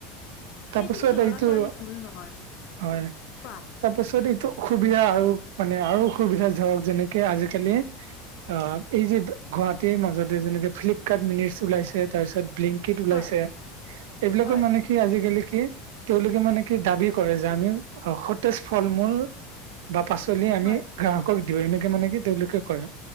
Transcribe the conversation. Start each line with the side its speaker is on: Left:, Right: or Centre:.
Right: তাৰপাছত
Left: সেইটো কিন্তু ল'ৰা
Right: এইটো
Left: ছোৱালীৰ
Right: হয়।
Left: ভুল নহয় কোৱা?
Right: তাৰ পাছত এইটো অসুবিধা আৰু মানে আৰু অসুবিধা ধৰক যেনেকে আজিকালি। অ এই যে গুৱাহাটীৰ মাজত। যেনেকে ফ্লিপকাৰ্ট মিনটছ উলাইছে তাৰ পিছত বিলিংকিট ওলাইছে।
Left: হয়,
Right: এইবিলাকৰ
Left: হয়,
Right: মানে কি আজিকালি কি তেওঁলোকে মানে কি দাবী। কৰে যে
Left: হয়,
Right: আমি সতেজ ফল মূল বা পাচলি আমি।
Left: হয়।
Right: গ্ৰাহকক দিও এনেকে মানে কি তেওঁলোকে কৰে